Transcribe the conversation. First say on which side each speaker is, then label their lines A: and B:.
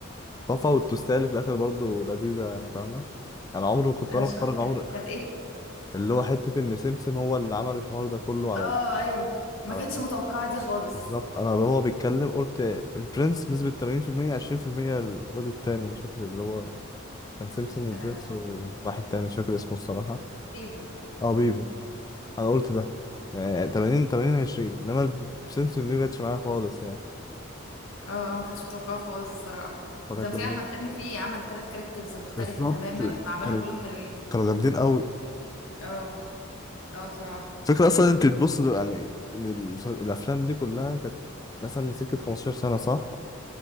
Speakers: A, on the left (about 20°); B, on the left (about 80°).
A: طفى والتوستيه اللي في الآخر برضه لذيذة يعني فاهمة أنا عمري ما كنت
B: انا
A: وأنا
B: مش
A: بتفرج
B: فاكرة كانت
A: عمري
B: كانت ايه
A: اللي هو حتة إن سمسم هو اللي عمل الحوار ده كله على
B: اه
A: ال...
B: ايوه ما
A: على
B: كانتش متوقعة دي خالص
A: بالظبط انا اللي هو بيتكلم قلت البرنس نسبة 80% 20% الواد التاني مش فاكر اللي هو كان سيمسون وبرنس
B: آه.
A: وواحد تاني مش فاكر اسمه الصراحة
B: بيبو
A: اه بيبو انا قلت ده يعني 80 80 20 انما سيمسون دي مجتش معايا خالص يعني
B: اه آه، ما كنتش متوقعه خالص الصراحه
A: فكانت
B: وتمثيل
A: لذيذة
B: احمد حلمي فيه عمل ثلاث كاركترز مختلفه
A: بالظبط
B: تماما وعملهم
A: كانوا
B: كلهم حلوين
A: كانوا جامدين قوي
B: اه اه بصراحه
A: فكرة اصلا انت تبص دل- يعني ان المسل- الافلام دي كلها كانت مثلا من سكة 15 سنة صح